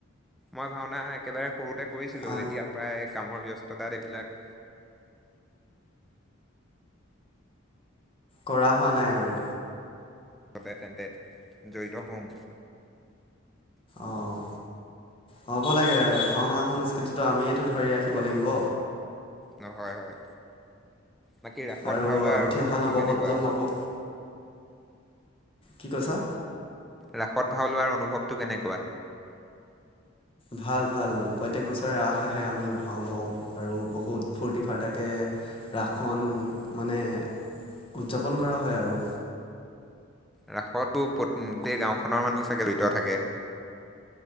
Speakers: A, in the centre; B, on the left.
A: মই ভাওনা একেবাৰে সৰুতে কৰিছিলোঁ।
B: আগ
A: এতিয়া প্ৰায় কামৰ ব্যস্ততাত এইবিলাক
B: কৰা হোৱা নাই আৰু?
A: পাওঁ তেন্তে জড়িত হ'ম।
B: অঁ, হ'ব লাগে ভাওনা সংস্কৃতিটো আমিয়েটো ধৰি ৰাখিব লাগিব।
A: ন' হয় হয়। বাকী ৰাসত
B: আৰু
A: ভাও লোৱাৰ
B: উঠি
A: অনুভৱটো
B: অহা নৱপ্ৰজন্মকো
A: কেনেকুৱা?
B: কি কৈছা?
A: ৰাসত ভাও লোৱাৰ অনুভৱটো কেনেকুৱা?
B: ভাল ভাল, প্ৰত্যেক বছৰে ৰাস আহে আমি ভাও লওঁ। আৰু বহুত ফূৰ্তি ফাৰ্তাকে ৰাসখন মানে উদযাপন কৰা হয় আৰু।
A: ৰাসটো ওপৰত উম গোটেই গাঁওখনৰ মানুহো চাগে জড়িত থাকে?